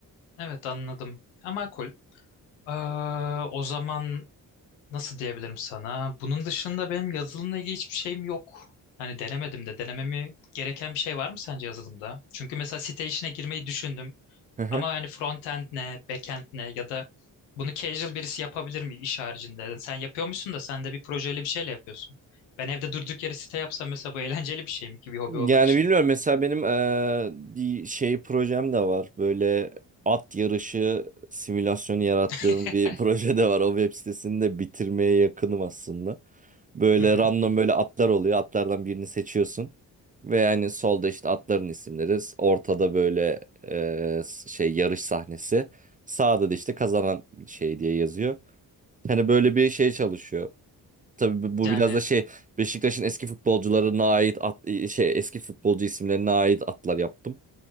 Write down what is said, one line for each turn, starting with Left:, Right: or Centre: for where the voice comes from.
Left: Evet anladım. Ama cool. Aa, o zaman nasıl diyebilirim sana? Bunun dışında benim yazılımla ilgili hiçbir şeyim yok. Hani denemedim de denememi gereken bir şey var mı sence yazılımda? Çünkü mesela site işine girmeyi düşündüm.
Right: Hı hı.
Left: Ama yani frontend ne, backend ne ya da bunu casual birisi yapabilir mi iş haricinde? Yani Sen yapıyormuşsun da sen de bir projeyle bir şeyle yapıyorsun. Ben evde durduk yere site yapsam mesela bu eğlenceli bir şey mi ki bir hobi
Right: Yani
Left: olmak için?
Right: bilmiyorum mesela benim eee, bir şey projem de var. Böyle at yarışı simülasyonu yarattığım
Left: <laughs>
Right: bir <laughs> proje de var. O web sitesini de bitirmeye yakınım aslında. Böyle
Left: Hı hı.
Right: random böyle atlar oluyor. Atlardan birini seçiyorsun. Ve yani solda işte atların isimleri. Ortada böyle eee, şey yarış sahnesi. Sağda da işte kazanan şey diye yazıyor. Hani böyle bir şey çalışıyor. Tabii bu
Left: Yani
Right: biraz da şey Beşiktaş'ın eski futbolcularına ait at, şey eski futbolcu isimlerine ait atlar yaptım.